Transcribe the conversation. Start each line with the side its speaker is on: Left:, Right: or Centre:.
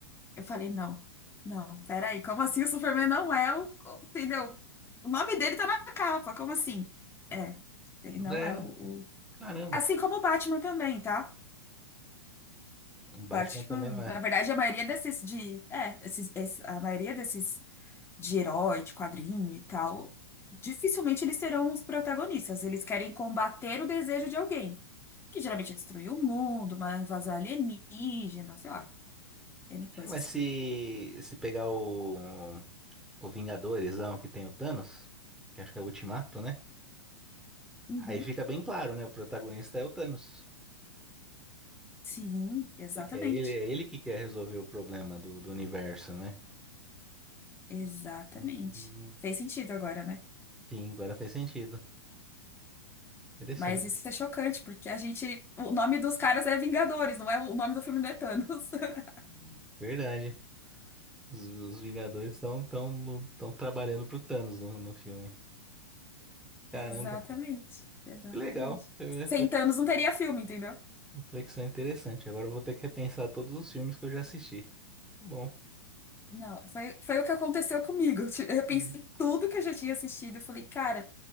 Left: Eu falei, não, não, peraí, como assim o Superman não é o, o- entendeu? O nome dele tá na capa, como assim? É, ele não
Centre: É,
Left: é o, o-
Centre: caramba.
Left: Assim como o Batman também, tá?
Centre: O Batman
Left: O Batman,
Centre: também não é.
Left: na verdade, a maioria desses de, é, esses, esse- a maioria desses de herói, de quadrinho e tal, dificilmente eles serão os protagonistas. Eles querem combater o desejo de alguém, que geralmente é destruir o mundo, uma invasão alienígena, sei lá, N coisas.
Centre: É, mas se, se pegar o, o Vingadores lá, o que tem o Thanos, que acho que é o Ultimato, né?
Left: Uhum.
Centre: Aí fica bem claro, né? O protagonista é o Thanos.
Left: Sim, exatamente.
Centre: Porque é ele, é ele que quer resolver o problema do, do universo, né?
Left: Exatamente.
Centre: Hum,
Left: Fez sentido agora, né?
Centre: Sim, agora faz sentido. Interessante.
Left: Mas isso é chocante, porque a gente. O nome dos caras é Vingadores, não é o nome do filme não é Thanos. <laughs>
Centre: Hum. Verdade. Os, os Vingadores estão tão, tão no- tão trabalhando pro Thanos no, no filme. Caramba,
Left: Exatamente, exatamente.
Centre: que legal. Foi uma reflex-
Left: Sem Thanos não teria filme, entendeu?
Centre: reflexão interessante. Agora eu vou ter que repensar todos os filmes que eu já assisti. Tá Bom,
Left: Não, foi, foi o que aconteceu comigo. <laughs> Ti- Eu pensei
Centre: Hum.
Left: em tudo que eu já tinha assistido. Eu falei, cara,